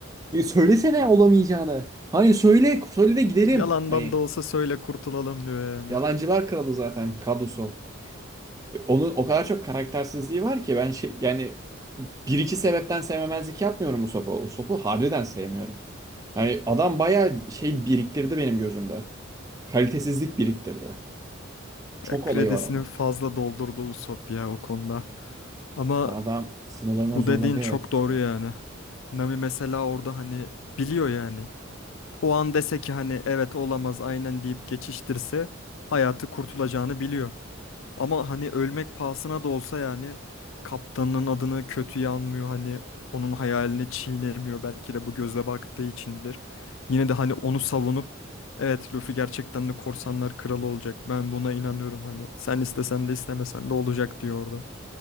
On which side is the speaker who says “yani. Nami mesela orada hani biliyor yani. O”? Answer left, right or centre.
Left